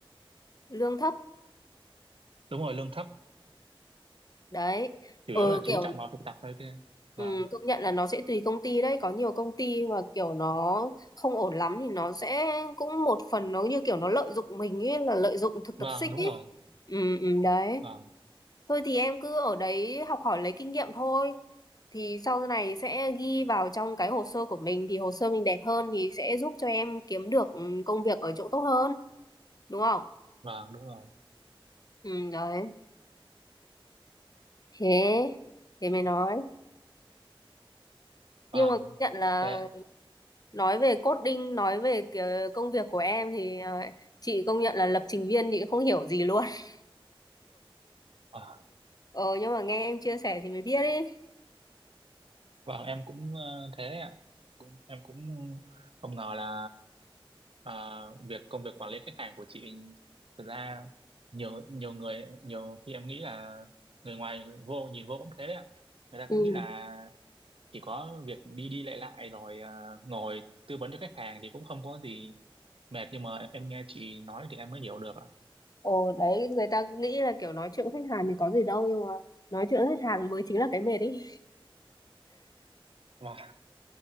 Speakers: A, on the left (about 40°); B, on the right (about 70°).
A: Lương thấp.
B: đúng rồi lương thấp
A: Đấy.
B: chủ
A: Ờ
B: yếu là chú
A: kiểu
B: trọng vào thực tập thôi kia
A: Ừ,
B: vâng
A: công nhận là nó sẽ tùy công ty đấy có nhiều công ty mà kiểu nó không ổn lắm thì nó sẽ cũng một phần nó như kiểu nó lợi dụng mình ấy là lợi dụng thực tập
B: vâng
A: sinh
B: đúng
A: ấy
B: rồi
A: ừ, ừ, đấy
B: vâng
A: thôi thì em cứ ở đấy học hỏi lấy kinh nghiệm thôi thì sau này sẽ ghi vào trong cái hồ sơ của mình thì hồ sơ mình đẹp hơn thì sẽ giúp cho em kiếm được ừ, công việc ở chỗ tốt hơn đúng không
B: vâng đúng rồi
A: ừ, đấy thế thế mày nói nhưng
B: vâng
A: mà công nhận là
B: thế
A: nói về coding nói về cái công việc của em thì ờ, chị công nhận là lập trình viên chị không hiểu gì luôn <laughs>
B: ờ.
A: ờ nhưng mà nghe em chia sẻ thì mới biết ấy
B: Vâng, em cũng ờ, thế ạ. Cũng, em cũng không ngờ là ờ, việc công việc quản lý khách hàng của chị thực ra nhiều nhiều người nhiều khi em nghĩ là người ngoài vô nhìn vô cũng thế đấy ạ. Người ta cũng
A: ừ
B: nghĩ là chỉ có việc đi đi lại lại rồi ờ, ngồi tư vấn cho khách hàng thì cũng không có gì mệt nhưng mà em nghe chị nói thì em mới hiểu được ạ.
A: ồ đấy người ta nghĩ là kiểu nói chuyện với khách hàng thì có gì đâu nhưng mà nói chuyện với khách hàng mới chính là cái mệt ấy
B: Vâng,